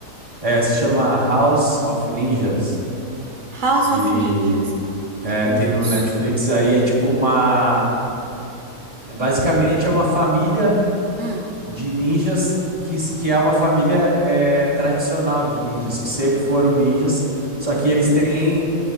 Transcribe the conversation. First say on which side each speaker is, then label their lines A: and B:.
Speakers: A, on the right (about 20°); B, on the right (about 45°).
A: É, se chama House of Ninjas.
B: House
A: E
B: of Ninjas. Não
A: é,
B: conheço.
A: tem no Netflix, aí é tipo uma... é basicamente é uma família
B: Hum.
A: de ninjas que, s- que é uma família é, tradicional de ninjas, que sempre foram ninjas, só que eles têm